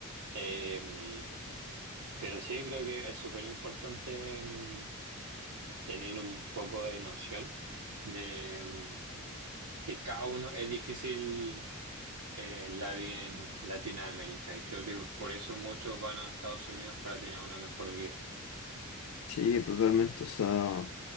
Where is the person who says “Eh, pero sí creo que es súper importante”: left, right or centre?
Right